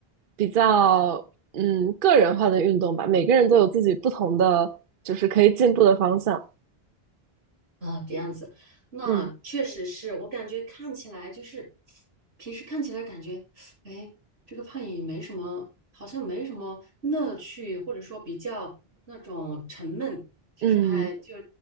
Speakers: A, on the right; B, on the right.
A: 比较嗯个人化的运动吧。每个人都有自己不同的，就是可以进步的方向。
B: 啊，这样子，那确实是我感觉看起来就是，
A: 嗯
B: 平时看起来感觉，哎，这个攀岩没什么，好像没什么乐趣，或者说比较那种沉闷，就是还就
A: 嗯